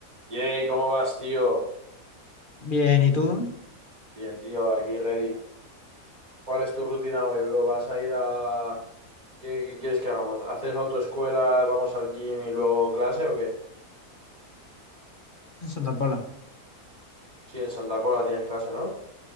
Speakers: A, on the right; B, on the left.
A: Yay, ¿cómo vas, tío?
B: Bien, ¿y tú?
A: Bien, tío, aquí ready. ¿Cuál es tu rutina hoy, bro? ¿Vas a ir a... ¿Qué, qué quieres que hagamos? ¿Haces autoescuela, vamos al gym y luego clase o qué?
B: En Santa Pola.
A: Sí, en Santa Pola tienes clase, ¿no?